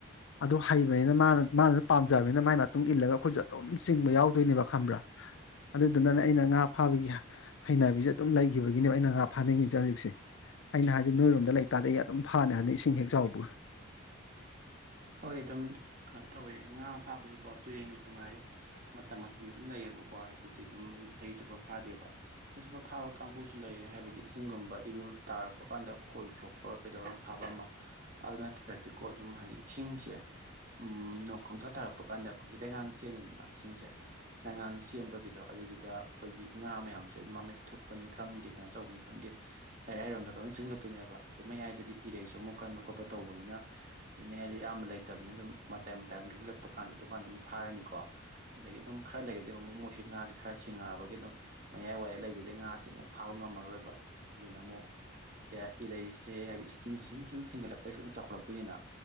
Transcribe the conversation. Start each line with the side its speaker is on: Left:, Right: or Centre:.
Left: ꯑꯗꯨ ꯍꯩꯕꯅꯤꯅ ꯃꯥꯅ ꯃꯥꯅ ꯄꯥꯝꯖꯕꯅꯤꯅ ꯃꯒꯤ ꯃꯇꯨꯡ ꯏꯜꯂꯒ ꯑꯩꯈꯣꯏꯁꯨ ꯑꯗꯨꯝ ꯆꯤꯡꯕ ꯌꯥꯎꯗꯣꯏꯅꯦꯕ ꯈꯪꯕ꯭ꯔꯥ ꯑꯗꯨꯗꯨꯅꯅꯦ ꯑꯩꯅ ꯉꯥ ꯐꯥꯕꯒꯤ ꯍꯩꯅꯕꯤꯁꯦ ꯑꯗꯨꯝ ꯂꯩꯈꯤꯕꯒꯤꯅꯦꯕ ꯑꯩꯅ ꯉꯥ ꯐꯥꯅꯤꯡꯉꯤꯁꯦ ꯍꯧꯖꯤꯛꯁꯦ ꯑꯩꯅ ꯍꯥꯏꯗꯤ ꯅꯣꯏꯔꯣꯝꯗ ꯂꯩꯇꯥꯥꯔꯗꯤ ꯑꯩ ꯑꯗꯨꯝ ꯐꯅꯤ ꯍꯥꯏꯅ ꯏꯁꯤꯡ ꯍꯦꯛ ꯆꯥꯎꯕꯒ
Right: ꯍꯣꯏ ꯑꯗꯨꯝ ꯀꯩꯅꯣ ꯇꯧꯋꯦ ꯉꯥ ꯐꯥꯕꯁꯨꯀꯣ ꯇꯨꯔꯦꯟꯒꯁꯨ ꯉꯥꯏꯔꯦ ꯃꯇꯝ ꯃꯇꯝ ꯑꯗꯨꯝ ꯂꯩꯌꯦꯕꯀꯣ ꯍꯥꯏꯕꯗꯤ ꯑꯗꯨꯝ ꯆꯍꯤ ꯆꯨꯞꯄ ꯐꯥꯗꯦꯕ ꯁꯤꯁꯤꯐ ꯐꯥꯕ ꯀꯥꯡꯕꯨꯁꯨ ꯂꯩꯔ ꯍꯥꯏꯕꯗꯤ ꯏꯁꯤꯡꯒꯨꯝꯕ ꯏꯔꯨ ꯇꯥꯔꯛꯄ ꯀꯥꯟꯗ ꯈꯣꯏ ꯆꯣꯛꯄ ꯑꯩ ꯀꯩꯗꯧꯔꯒ ꯐꯕ ꯑꯃ ꯑꯗꯨ ꯅꯠꯇ꯭ꯔꯗꯤꯀꯣ ꯑꯗꯨꯝ ꯍꯥꯏꯗꯤ ꯏꯁꯤꯡꯁꯦ ꯎꯝ ꯅꯣꯡ ꯀꯣꯡꯊꯥ ꯇꯥꯔꯛꯄ ꯀꯥꯟꯗ ꯑꯩꯈꯣꯏꯒꯤ ꯂꯩꯉꯥꯡ ꯆꯦꯟꯜꯂꯤꯗꯅ ꯁꯤꯡꯁꯦ ꯂꯩꯉꯥꯡ ꯆꯦꯟꯕꯒꯤꯗꯣ ꯑꯗꯨꯏꯗꯨꯗ ꯑꯩꯈꯣꯏꯒꯤ ꯉꯥ ꯃꯌꯥꯝꯁꯦ ꯃꯃꯤꯠ ꯊꯨꯞꯄꯅꯤ ꯈꯪꯗꯦ ꯀꯩꯅꯣ ꯇꯧꯕꯅꯤ ꯈꯪꯗꯦ ꯂꯩꯔꯥꯏꯔꯣꯝꯗ ꯂꯣꯏꯅ ꯆꯤꯡ ꯆꯛꯇꯣꯏꯅꯦꯕ ꯑꯗꯩ ꯃꯌꯥꯏꯗꯗꯤ ꯏꯔꯩꯁꯨ ꯑꯃꯨꯛ ꯀꯟꯕ ꯈꯣꯠꯄ ꯇꯧꯕꯅꯤꯅ ꯃ ꯍꯥꯏꯗꯤ ꯑꯌꯥꯝꯕ ꯂꯩꯇꯕꯅꯤꯅ ꯑꯗꯨꯝ ꯃꯇꯥꯏ ꯃꯇꯥꯏꯔꯣꯝ ꯆꯜꯂꯛꯄ ꯀꯥꯟꯗ ꯗꯨꯀꯥꯟꯗ ꯑꯗꯨꯝ ꯐꯥꯔꯅꯤꯀꯣ ꯑꯗꯒꯤ ꯑꯗꯨꯝ ꯈꯔ ꯂꯩꯒꯗꯤ ꯑꯃꯨꯛ ꯃꯣꯏꯁꯤ ꯉꯥꯥꯁꯦ ꯈꯔ ꯁꯤꯡꯉꯛꯑꯕꯒꯤ ꯑꯗꯨꯝ ꯃꯌꯥꯏ ꯋꯥꯏ ꯂꯩꯗꯗꯤ ꯉꯥꯁ ꯑꯃꯨꯛ ꯐꯥꯕ ꯉꯝꯃꯔꯣꯏꯕ ꯑꯗꯨꯗꯨꯅ ꯑꯃꯨꯛ ꯏꯔꯩꯁꯦ ꯍꯥꯏꯗꯤ ꯏꯁꯤꯡꯁꯦ ꯁꯨꯝ ꯁꯨꯝ ꯊꯤꯡꯒꯠꯂꯛꯄꯁꯨ ꯁꯨꯝ ꯆꯥꯎꯈꯠꯂꯛꯇꯣꯏꯅꯤꯅ